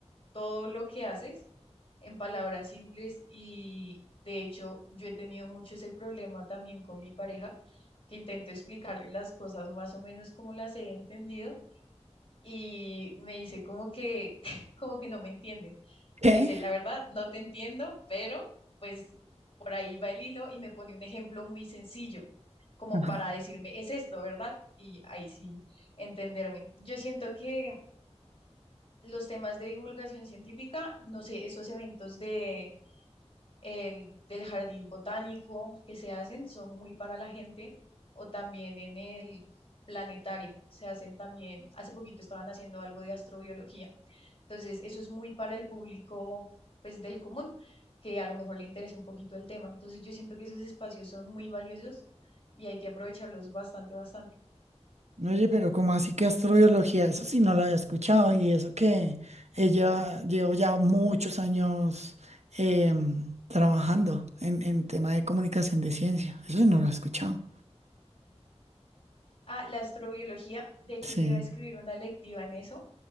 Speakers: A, on the left (about 50°); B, on the right (about 70°).
A: todo lo que haces en palabras simples y de hecho yo he tenido mucho ese problema también con mi pareja, que intento explicarle las cosas más o menos como las he entendido y me dice como que <laughs> como que no me entiende.
B: ¿Qué?
A: Me dice, la verdad, no te entiendo, pero pues por ahí va el hilo y me pone un ejemplo muy sencillo. como
B: Ajá.
A: para decirme, es esto, ¿verdad? Y ahí sí entenderme. Yo siento que los temas de divulgación científica, no sé, esos eventos de, el- del jardín botánico que se hacen son muy para la gente o también en el planetario. Se hacen también, hace poquito estaban haciendo algo de astrobiología. Entonces, eso es muy para el público, pues, del común, que a lo mejor le interesa un poquito el tema. Entonces, yo siento que esos espacios son muy valiosos y hay que aprovecharlos bastante, bastante.
B: Oye, pero ¿cómo así que astrobiología? Eso sí no lo había escuchado y eso que ella llevo ya muchos años em, trabajando en, en tema de comunicación de ciencia. Eso sí no lo he escuchado.
A: Ah, la astrobiología, de hecho,
B: Sí.
A: yo iba a escribir una electiva en eso